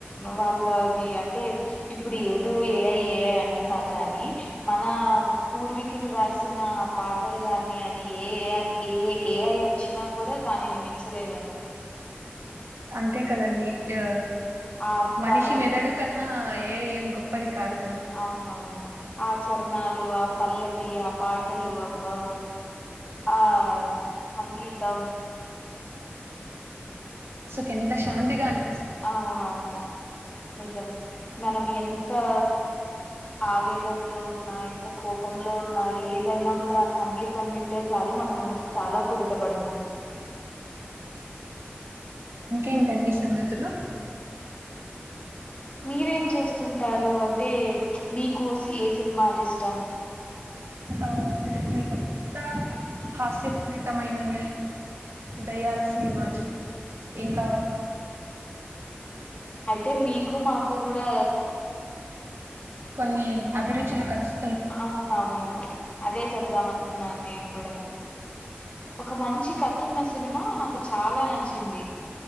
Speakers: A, on the left; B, on the right.
A: వాళ్ళవి అంటే ఇప్పుడు ఏదో ఎ ఐ ఎ ఐ అంటున్నారు కానీ మనా పూర్వీకులు రాసిన పాటలు గాని అది ఏ A I A A I వచ్చినా కూడా దానిని మించలేదండి
B: అంతే కదండి ఆ
A: ఆ అర్థాలు
B: మనిషి మెదడు కన్నా ఏ ఐ ఏం గొప్పది కాదు కదా
A: అవునవును ఆ చరణాలు ఆ పల్లవి ఆ పాటలు అబ్బా ఆ సంగీతం
B: కెంత శాంతిగా అని
A: అవునవును నిజం మనం ఎంతా ఆవేదనలో ఉన్నా ఎంత కోపంలో ఉన్నా ఏదైనా కూడా ఆ సంగీతం వింటే చా లు మన మనసు చాలా కుదుట పడుతుంది
B: ఇంకేంటండి సంగతులు
A: మీరేం చేస్తుంటారు అంటే మీకు ఏ సినిమాలిష్టం
B: అ నేను కూడా హాస్యపూరితమైనవి దయ్యాల సినిమాలు ఇంకా
A: అయితే మీకు మాకు కూడా
B: కొన్ని అభిరుచులు కలుస్
A: అవునవును అదే చెబ్దాం అనుకున్నాను నేను కూడా ఒక మంచి కతున్న సినిమా నాకు చాలా నచ్చింది